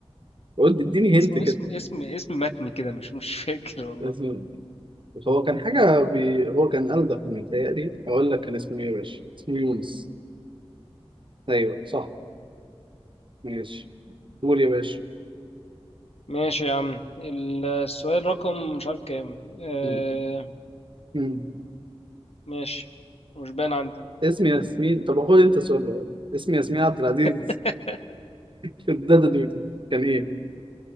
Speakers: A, on the right; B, on the left.
A: قلت اديني
B: كان اسمه
A: هنت كده
B: اسم اسم اسم متني كده مش مش فاكر والله
A: اسمه هو كان حاجة بي... هو كان ألدغ متهيألي أقول لك كان اسمه إيه يا باشا؟ اسمه يونس أيوه صح ماشي قول يا باشا
B: ماشي يا عم ال- السؤال رقم مش عارف كام آه
A: مم. مم.
B: ماشي مش باين عندي
A: اسمي ياسمين طب خد انت السؤال ده اسمي ياسمين عبد العزيز
B: <laughs>
A: في الدادا دودي كان ايه؟